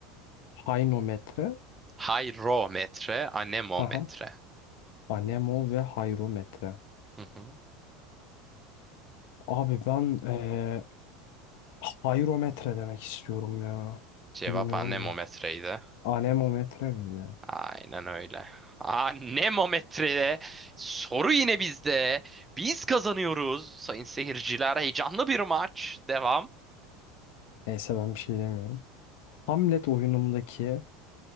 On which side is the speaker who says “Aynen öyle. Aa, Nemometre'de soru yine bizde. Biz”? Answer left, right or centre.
Right